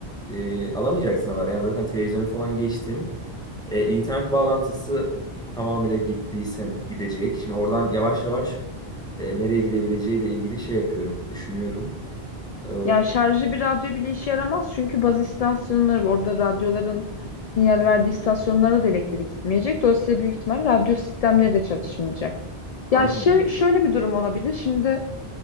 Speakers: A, in the centre; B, on the left.
A: e, alamayacaksın haber. Yani zaten televizyonu falan geçtim. E, internet bağlantısı tamamıyla gittiysen gidecek. Şimdi oradan yavaş yavaş e, nereye gidebileceğiyle ilgili şey yapıyorum, düşünüyorum. E,
B: Ya şarjlı bir radyo bile işe yaramaz çünkü baz istasyonları orada radyoların sinyal verdiği istasyonlara da elektrik gitmeyecek. Dolayısıyla büyük ihtimal radyo sistemleri de çalışmayacak.
A: aynen
B: Ya şey,
A: öyle.
B: şöyle bir durum olabilir. Şimdi